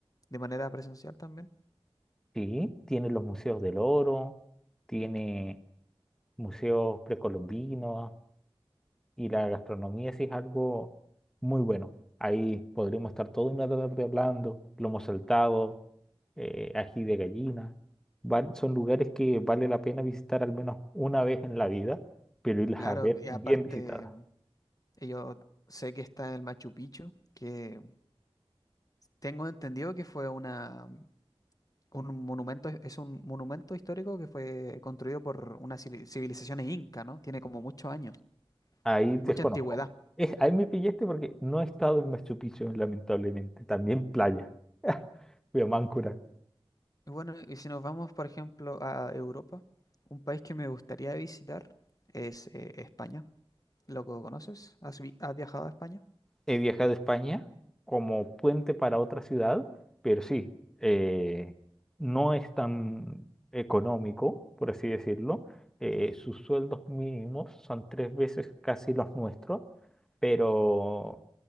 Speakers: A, on the left (about 35°); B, in the centre.
A: de manera presencial también.
B: Sí, tiene los museos del oro, tiene museos precolombinos y la gastronomía sí es algo muy bueno. Ahí podríamos estar toda una tarde hablando, lomo saltado, eh, ají de gallina. Val- son lugares que vale la pena visitar al menos una vez en la vida, pero irlas
A: Claro,
B: a ver
A: y
B: bien
A: aparte
B: visitadas.
A: eh, yo sé que está el Machu Picchu, que tengo entendido que fue una, un monumento, es un monumento histórico que fue construido por unas civili- civilizaciones inca, ¿no? Tiene como muchos años,
B: Ahí desconozco.
A: mucha antigüedad.
B: Es, ahí me pillaste porque no he estado en Machu Picchu, lamentablemente. También playa. <laughs> Fui a Máncora.
A: Y bueno, y si nos vamos, por ejemplo, a Europa, un país que me gustaría visitar es eh, España. ¿Lo conoces? ¿Has, vi- has viajado a España?
B: he viajado a España como puente para otra ciudad, pero sí, eh, no es tan económico, por así decirlo. Eh, sus sueldos mínimos son tres veces casi los nuestros, pero